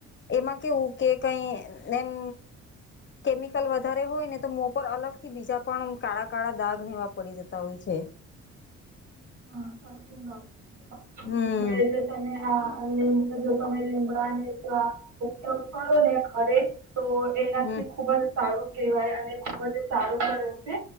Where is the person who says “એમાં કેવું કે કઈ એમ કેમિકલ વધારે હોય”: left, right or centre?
Left